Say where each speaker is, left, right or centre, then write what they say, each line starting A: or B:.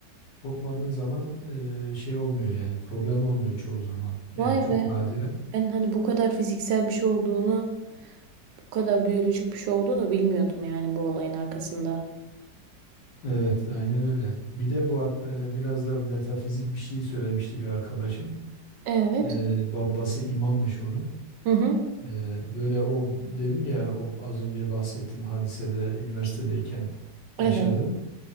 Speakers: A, on the left (about 75°); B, on the right (about 75°).
A: korkmadığın zaman e, şey olmuyor yani problem olmuyor çoğu zaman. Yani
B: Vay
A: çok
B: be.
A: nadiren.
B: Ben hani bu kadar fiziksel bir şey olduğunu, bu kadar biyolojik bir şey olduğunu bilmiyordum yani bu olayın arkasında.
A: Evet, aynen öyle. Bir de bu ar- e, biraz da metafizik bir şey söylemişti bir arkadaşım.
B: Evet.
A: E, babası imammış onun.
B: Hı hı.
A: E, böyle o dedim ya o az önce bahsettiğim hadisede üniversitedeyken
B: Evet.
A: yaşadı.